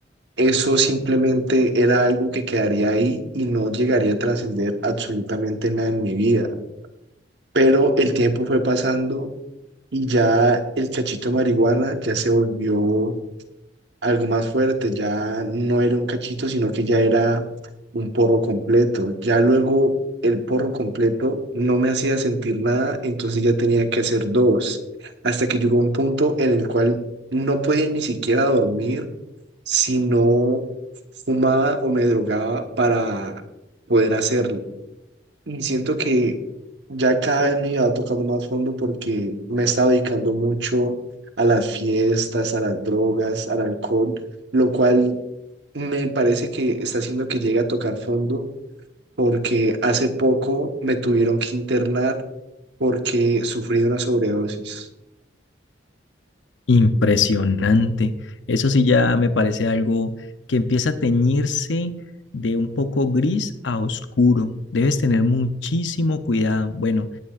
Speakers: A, on the right (about 65°); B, on the left (about 75°).
A: eso simplemente era algo que quedaría ahí y no llegaría a trascender absolutamente nada en mi vida. Pero el tiempo fue pasando y ya el cachito de marihuana ya se volvió algo más fuerte, ya no era un cachito, sino que ya era un porro completo. Ya luego el porro completo no me hacía sentir nada, entonces ya tenía que hacer dos, hasta que llegó un punto en el cual no podía ni siquiera dormir si no fumaba o me drogaba para poder hacerlo. Y siento que ya cada vez me iba tocando más fondo porque me he estado dedicando mucho a las fiestas, a las drogas, al alcohol, lo cual me parece que está haciendo que llegue a tocar fondo porque hace poco me tuvieron que internar porque sufrí una sobredosis.
B: Impresionante. Eso sí ya me parece algo que empieza a teñirse de un poco gris a oscuro. Debes tener muchísimo cuidado. Bueno,